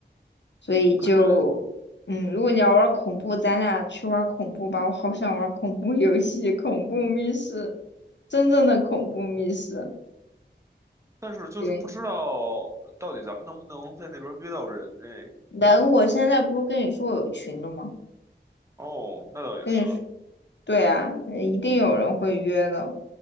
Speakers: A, on the left (about 70°); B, on the right (about 15°).
A: 所以就，
B: 我感觉，
A: 嗯，如果你要玩恐怖，咱俩去玩恐怖吧。我好想玩恐怖游戏，恐怖密室，真正的恐怖密室。
B: 嗯，但是就是不知道到底咱们能不能在那边约到人哎。
A: 对，能？我现在不是跟你说我有群了吗？
B: 哦，那倒也是，
A: 跟你说，对啊，呃一定有人会约的。